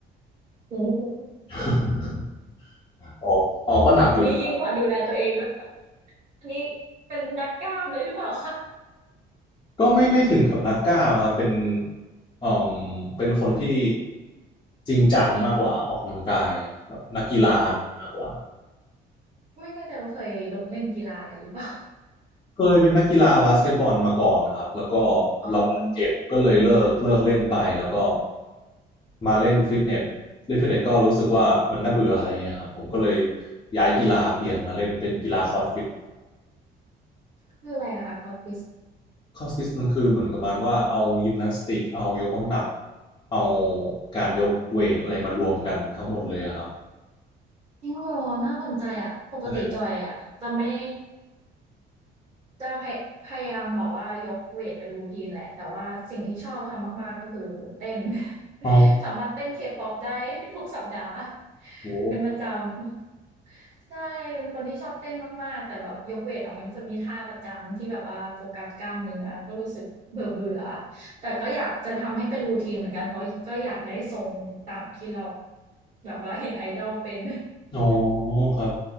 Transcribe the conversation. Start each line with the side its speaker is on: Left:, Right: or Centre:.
Right: โอ้โห
Left: <laughs> ออกออกก็หนักอยู่นะ
Right: อันนี้ยิ่งกว่าดูแลตัวเองแล้วอันนี้เป็นนักกล้ามเลยหรือเปล่าคะ
Left: <laughs> ก็ไม่ไม่ถึงกับนักกล้ามครับเป็นเอ่มเป็นคนที่จริงจังมากกว่าออกกำลังกายแบบนักกีฬาอะไรอย่างนี้มากกว่า
Right: อ๋อไม่แน่ใจว่าเคยลงเล่นกีฬาอะไรหรือเปล่า
Left: เคยเป็นนักกีฬาบาสเกตบอลมาก่อนนะครับแล้วก็
Right: อ๋อ
Left: เราบาดเจ็บก็เลยเลิกเลิกเล่นไป แล้วก็มาเล่นฟิตเนสเล่นฟิตเนสก็รู้สึกว่ามันน่าเบื่ออะไรเงี้ยครับ ผมก็เลยย้ายกีฬาเปลี่ยนมาเล่นเป็นกีฬาคอร์ดฟิต
Right: คืออะไรอะคะคอร์สฟิส
Left: คอสฟิตมันคือเหมือนกับมันว่าเอายิมนาสติกเอายกน้ำหนักเอาการยกเวทอะไรมารวมกันทั้งหมดเลยอะครับ
Right: จริงเหรอน่าสนใจอะปกติจอยอะจะไม่
Left: ใช่
Right: จะพยพยายามแบบว่ายกเวทเป็นรูทีนแหละแต่ว่าสิ่งที่ชอบทำมากๆก็คือเต้น <laughs>
Left: อ๋อ
Right: สามารถเต้นเคป๊อปได้ <laughs> ทุกสัปดาห์ <laughs>
Left: โอ้
Right: เป็นประจำใช่เป็นคนที่ชอบเต้นมากๆแต่แบบยกเวทอ่ะมันก็จะมีท่าประจำที่แบบว่าโฟกัสกล้ามเนื้อก็รู้สึกเบื่อเบื่อแต่ก็อยากจะทำให้เป็นรูทีนเหมือนกันเพราะก็อยากได้ทรงตามที่เราแบบว่าเห็นไอดอลเป็น
Left: อ๋อครับ